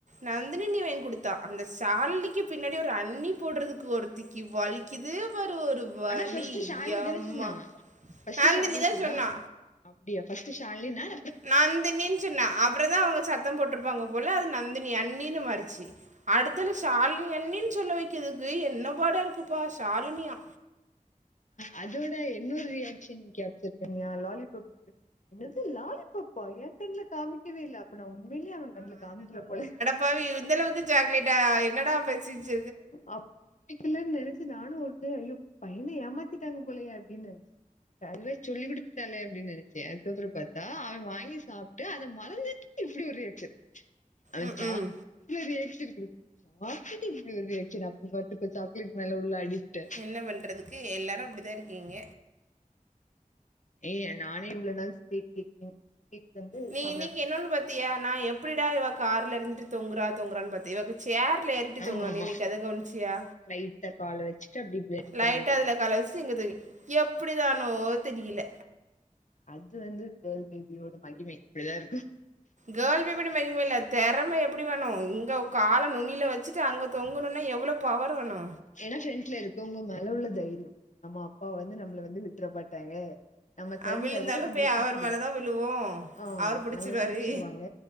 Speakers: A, on the right; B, on the left.
A: நந்தினினி வாங்கி குடுத்தா அந்த சாலினிக்கு பின்னாடி ஒரு அண்ணி போடுறதுக்கு ஒருத்தி க்கி வலிக்குது பாரு ஒரு வலி
B: ஆனா ஃபர்ஸ்ட்டு ஷாலினி
A: எம்மா
B: தானே சொன்னா. ஃபர்ஸ்ட்டு
A: சால்னினிதா
B: ஷாலினி
A: சொன்னா
B: அப்டியா ஃபஸ்ட் ஷாலினிந்தான
A: நந்தினின் சொன்னா அப்பறந்தா அவங்க சத்தம் போட்டிருப்பாங்க போல அது நந்தினி அண்ணின் மாறுச்சு அடுத்தல ஷாலினி அண்ணின் சொல்ல வைக்கதுக்கு என்ன பாடா இருக்குப்பா ஷாலினியா
B: அதோட என்னொரு ரியாக்ஷன் நீ கேப்சர் பண்ணியா லாலிபப்புக்கு என்னது லாலிபப்பா எங் கண்ல காமிக்கவே இல்ல அப்ப நா உண்மையிலே அவ கண்ல காமிக்கல போலே
A: பாவி இந்தளவுக்கு சாக்லேட்ட என்னடா பேசிஜ்
B: அப் திக்கல்லன் நெனைச்சு நானு ஒரு டயோ அயோ பையன ஏமாத்திட்டாங்க போலயே அப்டின் நெனச் கா இவே சொல்லி குடுத்துட்டாளே அப்டின் நெனச்சே அதுக்கப்பறோ பாத்தா அவெ வாங்கி சாப் ட்டு அத மறந்துட்டு இப்டி ஒரு ரியாக்ஷன் அவன்
A: ம்
B: <inaudible> சாக்லேட்டுக்கு
A: ம்
B: எப்டி ரியாக்ஷன் அப்ப பாத்துக்கோ சாக்லேட் மேல உள்ள அடிக்ட்ட
A: என்ன பண்றதுக்கு எல்லாரு அப்டிதா இருக்கீங்க
B: ஏங்க நானே இவ்ளோ நாள் ஸ்வீட் <unintelligible> ஸ்வீட் வந்து
A: நீ
B: சாப்டாம
A: இன்னைக்கு இன்னோனு பாத்தியா நா எப்டிடா இவ கார்ல இருந்துட்டு தூங்குறா தூங்குறன் பாத்த இவக சேர் ல ஏறிட்டு
B: ஆமாமா
A: தூங்குறா நீ இன்னைக்கு அத கவனிச்சியா
B: லைட்டா கால வச்சுட்டு அப்டி பிளெண்ட்
A: லைட்டா
B: பண்ணிட்டு
A: அதுல கால வச்சு இங்க தூங்கி எப்டிதானோ தெரியல
B: அது வந்து கேர்ள் பேபியோட மகிமை இப்டிதா இருக்கு
A: கேர்ள் பேபியோட மகிம இல்ல தெறம எப்டி வேணு இங்க கால நுனியில வச் சுட்டு அங்க தொங்கணுனா எவ்ளோ பவர் வேணு
B: ஏன்னா ஃப்ரன்ட்ல இருக்கோவ்ங்க மேல உள்ள தைரியொ நம்ம அப்பா வந்து நம்மள வந்து விட்ற மாட்டாங்க நம்ம சரிஞ்சா
A: ஆ, விழுந்தாலும்
B: கூட நம்மள
A: போய்
B: புடிச்சிரு
A: அவர் மேல தான் விழுவோம்
B: ஆ
A: அவர் பிடிச்சிருவாரு
B: நம்மள புடிச்சிருவாங்க